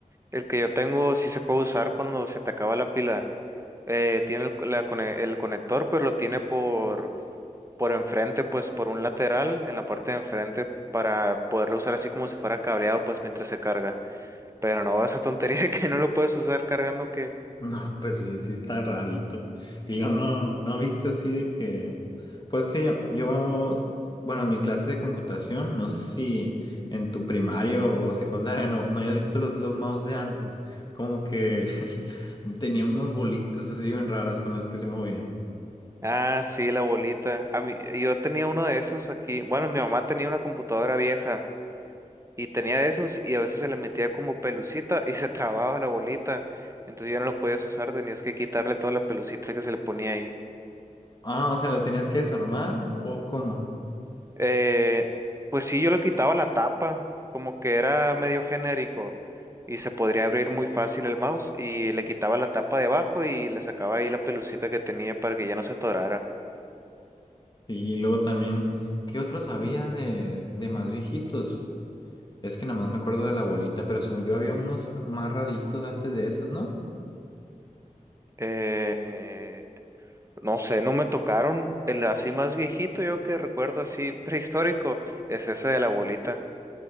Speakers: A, on the right; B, on the left.
A: El que yo tengo sí se puede usar cuando se te acaba la pila. Eh, tiene el, co- la cone- el conector, pero lo tiene por, por enfrente, pues por un lateral, en la parte de enfrente, para poderlo usar así como si fuera cableado, pues mientras se carga. Pero no, esa tontería <laughs> de que no lo puedes usar cargando que...
B: No, pues sí, sí está rarito. Y luego no, no viste así de que, pues que yo, yo, bueno, en mi clase de computación, no sé si en tu primario o secundaria no, no hayas visto los, los mouse de antes, como que <laughs> tenían unos bolitas así bien raras con las que se movían.
A: Ah, sí, la bolita. A mí, yo tenía uno de esos aquí. Bueno, mi mamá tenía una computadora vieja y tenía de esos y a veces se le metía como pelucita y se trababa la bolita. Entonces ya no lo podías usar, tenías que quitarle toda la pelucita que se le ponía ahí.
B: Ah, o sea, ¿lo tenías que desarmar o cómo?
A: Eh, pues sí, yo le quitaba la tapa, como que era medio genérico y se podría abrir muy fácil el mouse y le quitaba la tapa de abajo y le sacaba ahí la pelucita que tenía para que ya no se atorara.
B: Y luego también, ¿qué otros había de, de más viejitos? Es que nada más me acuerdo de la bolita, pero según yo había unos más raritos antes de esos, ¿no?
A: Eh, No sé, no me tocaron. El así más viejito, yo que recuerdo así <laughs> prehistórico, es ese de la bolita.